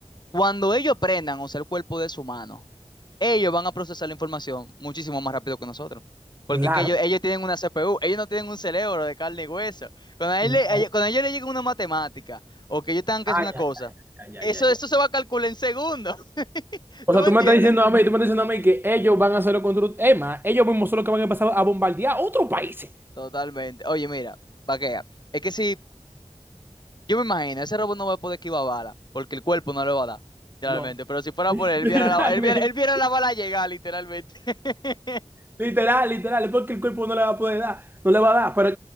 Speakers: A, on the left; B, on the right.
A: Cuando ellos prendan, o sea, el cuerpo de su mano, ellos van a procesar la información muchísimo más rápido que nosotros. Porque
B: claro,
A: que ellos, ellos tienen una CPU, ellos no tienen un cerebro de carne y hueso. Cuando a,
B: no,
A: él le- a ellos, cuando a ellos les llega una matemática o que ellos tengan que hacer
B: ay,
A: una cosa,
B: ay, ay,
A: eso,
B: ay, ay,
A: eso
B: ay.
A: se va a calcular en segundos. <laughs>
B: O
A: ¿Tú
B: sea,
A: me
B: tú
A: entiendes?
B: me estás diciendo a mí, tú me estás diciendo a mí que ellos van a hacerlo contra... Emma, ellos mismos son los que van a empezar a bombardear otros países.
A: Totalmente. Oye, mira, pa' que vea. Es que si, yo me imagino, ese robot no va a poder esquivar bala, porque el cuerpo no le va a dar, literalmente.
B: No.
A: Pero si fuera
B: <laughs>
A: por él,
B: Literalmente.
A: viera la, él viera, él viera la bala llegar, literalmente. <laughs>
B: Literal, literal. Es porque el cuerpo no le va a poder dar. No le va a dar. Pero